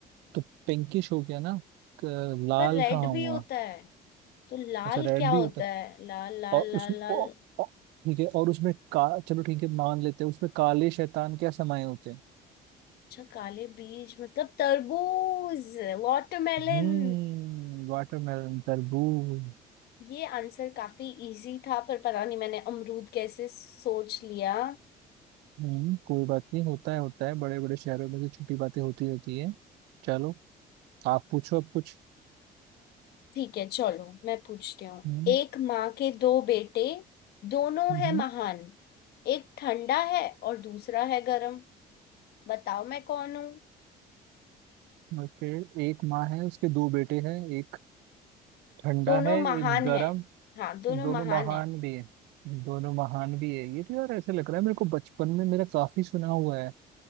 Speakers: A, on the right; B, on the left.
A: तो पिंकिश हो गया ना क- लाल
B: पर रेड
A: कहाँ हुआ
B: भी होता है तो लाल
A: अच्छा रेड
B: क्या होता
A: भी होता है
B: है लाल लाल
A: और
B: लाल
A: उसमें
B: लाल
A: ओ, ओ, ठीक है और उसमें का चलो ठीक है मान लेते हैं उसमें काले शैतान क्या समाये होते हैं
B: अच्छा काले बीज मतलब तरबूज वाटरमेलन
A: हम्म वाटरमेलन तरबूज
B: ये आंसर काफी इजी था पर पता नहीं मैंने अमरूद कैसे सोच लिया
A: हम्म कोई बात नहीं होता है होता है बड़े बड़े शहरों में तो छोटी बातें होती रहती है चलो आप पूछो अब कुछ
B: ठीक है चलो मैं पूछती हूँ
A: हम्म
B: एक माँ के दो बेटे दोनों
A: हम्म
B: हैं महान एक ठंडा है और दूसरा है गरम बताओ मैं कौन हूँ
A: ओके एक माँ है उसके दो बेटे हैं एक ठंडा
B: दोनों
A: है
B: महान
A: एक गर्म
B: हैं हाँ दोनों
A: दोनों
B: महान
A: महान
B: हैं
A: भी है दोनों महान भी है ये तो यार ऐसे लग रहा है मेरे को बचपन में मेरा काफी सुना हुआ है